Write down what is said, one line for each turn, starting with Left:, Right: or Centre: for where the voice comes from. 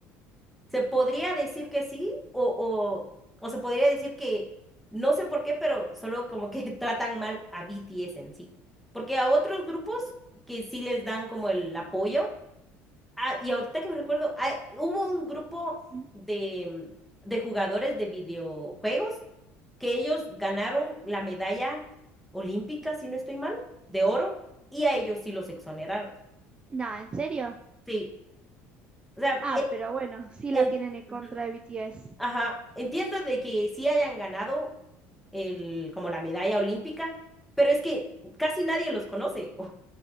Centre: Se podría decir que sí o, o, o se podría decir que no sé por qué, pero solo como que <laughs> tratan mal a BTS en sí. Porque a otros grupos que sí les dan como el apoyo, Ah, y ahorita que me recuerdo, ah, hubo un grupo
Right: Mm,
Centre: de, de jugadores de videojuegos que ellos ganaron la medalla olímpica, si no estoy mal, de oro, y a ellos sí los exoneraron.
Right: Nada, ¿en serio?
Centre: Sí, o sea,
Right: Ah,
Centre: en,
Right: pero bueno, sí la
Centre: en-
Right: tienen en contra
Centre: ujú,
Right: de BTS.
Centre: Ajá, entiendo de que sí hayan ganado el, como la medalla olímpica, pero es que casi nadie los conoce, <laughs> o,